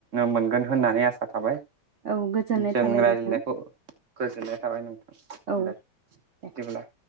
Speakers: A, on the right; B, on the right.
A: मोनगोन होननानै आसा थाबाय।
B: औ गोजोननाय
A: जों
B: थाबाय
A: रायज्लायनायखौ
B: नोंथां
A: गोजोननाय थाबाय नोंथां
B: औ
A: दे बिदिब्ला।
B: दे